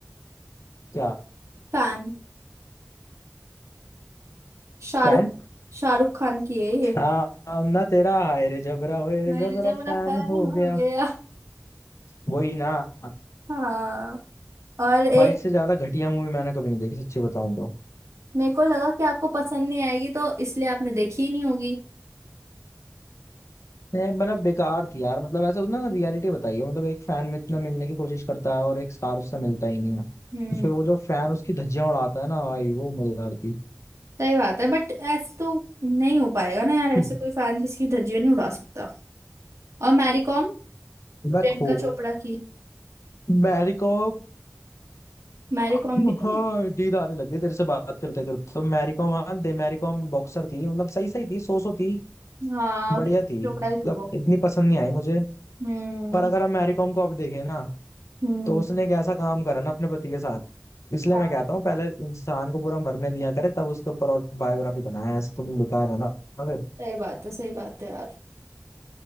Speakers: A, on the left; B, on the right.
A: क्या
B: फैन शाहरुख
A: फैन
B: शाहरुख खान की है ये
A: हाँ हम ना तेरा हाय रे जबरा होए रे
B: मेरे
A: जबरा
B: जब
A: फैन
B: मेरा फैन
A: हो
B: हो
A: गया
B: गया
A: वही ना
B: हाँ और एक
A: भाई इससे ज्यादा घटिया मूवी मैंने कभी नहीं देखी सच्ची बताऊं तो
B: मेरे को लगा कि आपको पसंद नहीं आएगी तो इसलिए आपने देखी ही नहीं होगी
A: ये मतलब बेकार थी यार मतलब ऐसा ना रियलिटी बताई है मतलब एक फैन में इतना मिलने की कोशिश करता है और एक स्टार उससे मिलता ही नहीं है तो
B: हम्म
A: फिर वो जो फैन उसकी धज्जियां उड़ाता है ना भाई वो मजेदार थी
B: सही बात है बट ऐसे तो नहीं हो पाएगा ना यार ऐसे
A: <laughs>
B: कोई फैन किसी की धज्जियां नहीं उड़ा सकता और मैरी कॉम प्रियंका
A: मैं खो
B: चोपड़ा की
A: मैरी कॉम
B: मैरी
A: हाँ
B: कॉम भी तो
A: नींद आने लग गई तेरे से बात करते करते तो मैरी कॉम हाँ दे मैरी कॉम बॉक्सर थी मतलब सही सही थी सो सो थी
B: हाँ
A: बढ़िया
B: प्रियंका
A: थी
B: चोपड़ा
A: मतलब
B: की थी वो
A: इतनी पसंद नहीं आई मुझे
B: हम्म
A: पर अगर हम मैरी कॉम को अब देखें ना
B: हम्म
A: तो उसने एक ऐसा काम करा ना अपने पति के साथ इसलिए
B: क्या?
A: मैं कहता हूँ पहले इंसान को पूरा मरने दिया करे तब उसके ऊपर बायोग्राफी बनाया ऐसे तो बेकार है ना फिर
B: सही बात है सही बात है यार